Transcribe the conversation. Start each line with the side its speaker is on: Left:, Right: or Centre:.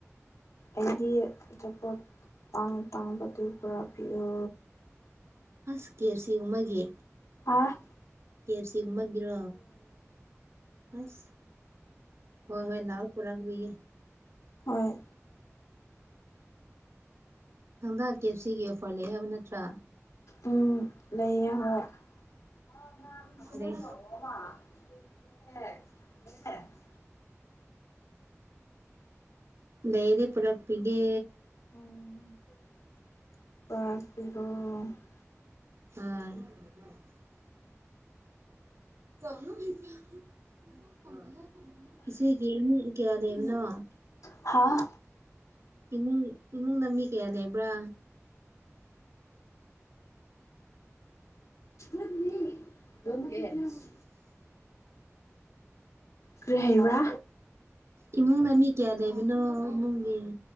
Left: ꯑꯩꯗꯤ ꯑꯆꯥꯄꯣꯠ ꯇꯥꯡ ꯇꯥꯡꯕꯗꯨ ꯄꯨꯔꯛ ꯄꯤꯑꯣ
Right: ꯑꯁ ꯀꯦ ꯑꯦꯞ ꯁꯤꯒꯨꯝꯕꯒꯤ
Left: ꯍꯥꯥ
Right: ꯀꯦ ꯑꯦꯐ ꯁꯤꯒꯨꯝꯕꯒꯤꯔꯣ ꯑꯁ ꯍꯣꯏ ꯍꯣꯏ ꯂꯥꯎ ꯄꯨꯔꯄꯤꯒꯦ
Left: ꯍꯣꯏ
Right: <unintelligible> ꯀꯦ ꯑꯦꯐ ꯁꯤꯒꯤ ꯑꯣꯐꯔ ꯂꯩ ꯍꯥꯏꯕ ꯅꯠꯇ꯭ꯔꯥ?
Left: ꯎꯝ ꯂꯩꯌꯦ ꯍꯣꯏ꯫ <unintelligible>
Right: ꯂꯩ ꯂꯩꯔꯗꯤ ꯄꯨꯔꯛꯄꯤꯒꯦ꯫
Left: <unintelligible>
Right: ꯍꯣꯏ <unintelligible> <unintelligible> ꯏꯆꯦꯒꯤ ꯏꯃꯨꯡ ꯀꯌꯥ ꯂꯩꯕꯅꯣ?
Left: ꯍꯥꯥ
Right: ꯏꯃꯨꯡ ꯏꯃꯨꯡꯗ ꯃꯤ ꯀꯌꯥ ꯂꯩꯕ꯭ꯔꯥ
Left: <unintelligible> ꯝꯒꯦ <unintelligible> <inaudible> ꯀꯔꯤ ꯍꯥꯏꯕ꯭ꯔꯥ
Right: ꯏꯃꯨꯡꯗ ꯃꯤ ꯀꯌꯥ ꯂꯩꯕꯅꯣ ꯏꯃꯨꯡꯒꯤ